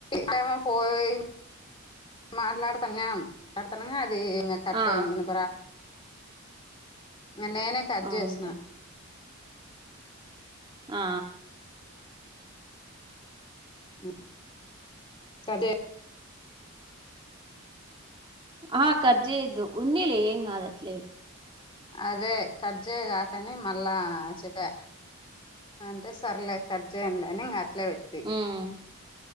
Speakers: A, on the left; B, on the right.
A: సమ పోయి మాట్లాడతన్నా మాట్లాడుతనంగా అది కట్
B: ఆ
A: అయింది వినపల నేనే కట్
B: అవునులే
A: చేసిన
B: ఆ
A: హ్మ్ దే
B: ఆ కట్ చేయొద్దు ఉంనీలే ఏం కాదు అట్లే
A: అదే కట్ చేయగాకని మళ్ళా చెప్పా అంటే సర్లే కట్ చేయనులే అని ఇంకా అట్లే పెట్తి
B: ఉమ్